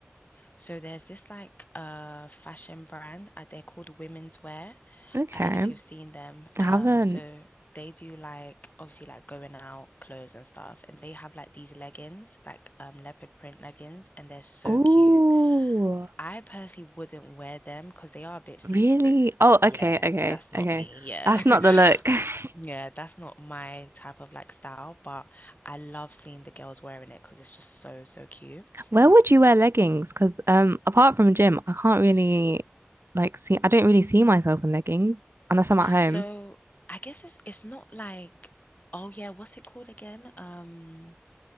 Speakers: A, on the left; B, on the right.
A: so there's this like uh fashion brand, uh, they're called Women's Wear.
B: Okay.
A: I don't know if you've seen them.
B: I
A: Um
B: haven't.
A: so they do like obviously like going out clothes and stuff and they have like these leggings, like um leopard print leggings and they're so
B: Oh,
A: cute. I personally wouldn't wear them because they are a bit see-through.
B: really? Oh,
A: Yeah,
B: okay, okay,
A: that's not
B: okay.
A: me. Yeah.
B: That's not
A: <laughs>
B: the look. <laughs>
A: Yeah, that's not my type of like style, but I love seeing the girls wearing it because it's just so, so cute.
B: Where would you wear leggings? Because um, apart from gym, I can't really like see. I don't really see myself in leggings unless I'm at home.
A: So I guess it's it's not like, oh yeah, what's it called again? Um,